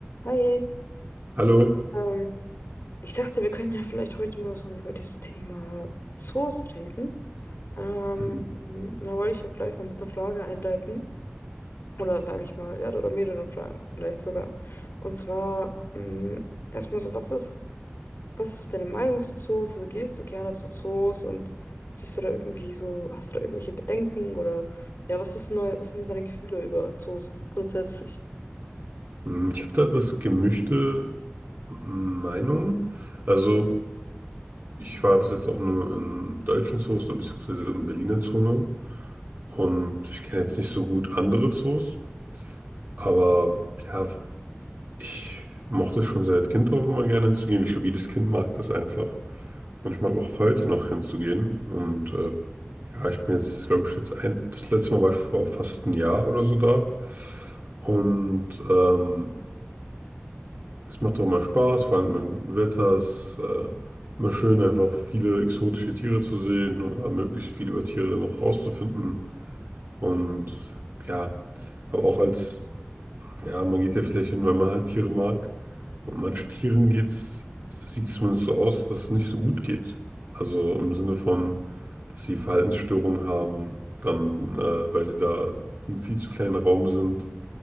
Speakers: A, on the left; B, on the right.
A: Hi,
B: Hallo.
A: Ähm, ich dachte, wir können ja vielleicht heute mal so über das Thema Zoos reden. Ähm,
B: Mhm.
A: da wollte ich auch gleich mal mit einer Frage einleiten. Oder sage ich mal, ja, oder mehreren Fragen vielleicht sogar. Und zwar mh, erstmal so, was ist, was ist so deine Meinung zu Zoos? Also gehst du gerne zu Zoos und siehst du da irgendwie so, hast du da irgendwelche Bedenken oder ja, was ist neu, was sind so deine Gefühle über Zoos grundsätzlich?
B: Mm, Ich habe da etwas gemischte Meinung. Also, ich war bis jetzt auch nur in deutschen Zoos oder beziehungsweise im Berliner Zoo nur. und ich kenne jetzt nicht so gut andere Zoos, aber ja, ich mochte schon seit Kind auch immer gerne hinzugehen. Ich glaube, jedes Kind mag das einfach und ich mag auch heute noch hinzugehen und äh, ja, ich bin jetzt, glaube ich, jetzt ein, das letzte Mal war ich vor fast einem Jahr oder so da und ähm, Es macht doch mal Spaß, vor allem beim guten Wetter. Es ist äh, immer schön, einfach viele exotische Tiere zu sehen oder möglichst viel über Tiere noch rauszufinden. Und ja, aber auch als, ja, man geht ja vielleicht hin, weil man halt Tiere mag. Und manchen Tieren geht's, sieht es zumindest so aus, dass es nicht so gut geht. Also im Sinne von, dass sie Verhaltensstörungen haben, dann, äh, weil sie da im viel zu kleinen Raum sind